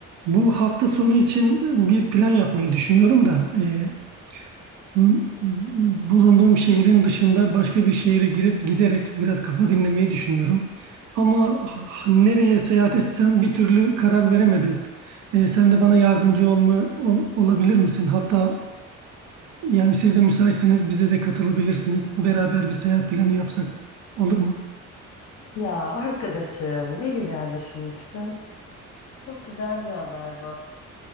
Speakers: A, on the right (about 70°); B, on the left (about 55°).
A: Bu hafta sonu için bir plan yapmayı düşünüyorum da e, m- bulunduğum şehrin dışında başka bir şehre girip giderek biraz kafa dinlemeyi düşünüyorum. Ama h- nereye seyahat etsem bir türlü karar veremedim. E, sen de bana yardımcı olma ol- olabilir misin? Hatta yani siz de müsaitseniz bize de katılabilirsiniz. Beraber bir seyahat planı yapsak olur mu?
B: Ya arkadaşım ne güzel düşünmüşsün. Çok güzel bir haber bu.